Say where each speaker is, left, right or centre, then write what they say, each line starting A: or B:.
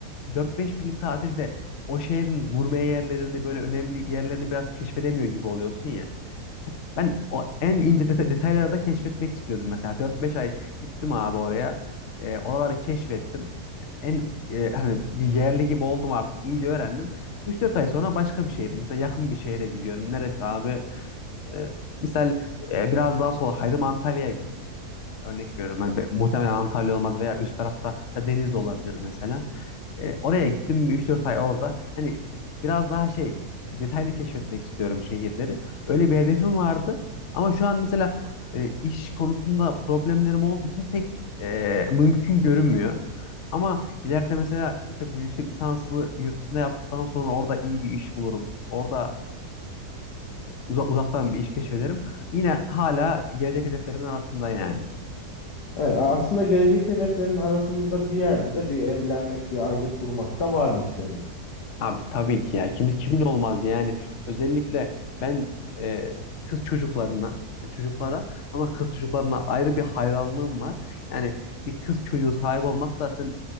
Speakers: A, on the left; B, on the left.
A: 4-5 günlük tatilde o şehrin gurme yerlerini böyle önemli yerlerini biraz keşfedemiyor gibi oluyorsun ya. Ben o en ince deta- detayları da keşfetmek istiyordum mesela. dört beş ay gittim abi oraya. E, oraları keşfettim. En e, hani bir yerli gibi oldum artık. İyice öğrendim. üç dört ay sonra başka bir şehre mesela yakın bir şehre gidiyorum. Neresi abi? E, misal e, biraz daha sola kaydım Antalya'ya gittim. Örnek veriyorum. Yani be- muhtemelen Antalya olmaz veya üst tarafta da deniz de olabilir mesela. E, oraya gittim 3-4 ay orada. Hani biraz daha şey detaylı keşfetmek istiyorum şehirleri. Öyle bir hedefim vardı. Ama şu an mesela e, iş konusunda problemlerim olduğu için pek e, mümkün görünmüyor. Ama ileride mesela işte bu yüksek lisanslı yurt dışında yaptıktan sonra orada iyi bir iş bulurum. Orada Uza- uzaktan bir iş keşfederim. Yine hala gelecek hedeflerimin arasında yani.
B: Evet, a- aslında gelecek hedeflerin arasında bir yerde de bir evlenmek, bir aile kurmak da varmış senin.
A: Abi tabii ki ya. Kim, kimin olmaz yani. Özellikle ben e, kız çocuklarına, çocuklara ama kız çocuklarına ayrı bir hayranlığım var. Yani bir kız çocuğu sahibi olmak zaten